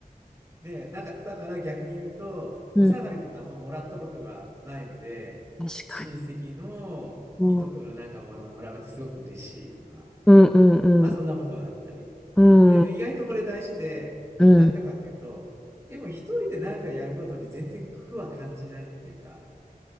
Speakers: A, on the right; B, in the centre.
A: ね、なんか、だから逆に言うと、お下がりとかあんまもらったことがないので、
B: うんうん確かに。
A: 親戚のいとこのなんかものをもらうとすごく嬉しいとか、
B: うん、うん、うん、
A: まあそんなことがあったり。
B: うん、
A: でも意外とこれ大事で、
B: うん、うん、
A: なんでかっていうと、でも一人で何かやることに全然苦は感じないっていうか、